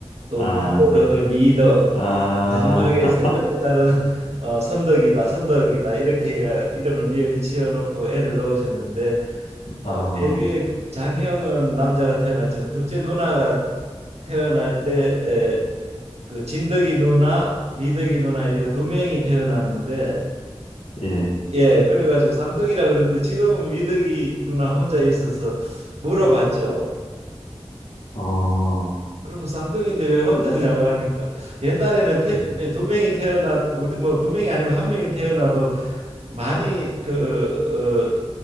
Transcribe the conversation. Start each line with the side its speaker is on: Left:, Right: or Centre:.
Right: 또
Left: 아,
Right: 미를 얻어 미덕.
Left: 아,
Right: 마지막에 세 번째 딸은
Left: <laughs>
Right: <laughs> 어, 선덕이다. 선덕이다. 이렇게 해가 이름을 미열이 지어 놓고 애를 놓으셨는데 어,
Left: 아,
Right: 제비의 장형은 남자가 태어났지만 둘째 누나가 태어날 때 에, 그 진덕이 누나, 미덕이 누나 이렇게 두 명이 태어났는데
Left: 예.
Right: 예, 그래가지고 쌍둥이라 그러는데 지금은 미덕이 누나 혼자 있어서 물어봤죠.
Left: 어,
Right: 그러면 쌍둥이인데 왜 혼자냐고 하니까 옛날에는 태,
Left: 예.
Right: 예, 두 명이 태어나도 우리 뭐 두 명이 아니고 한 명이 태어나도 많이 그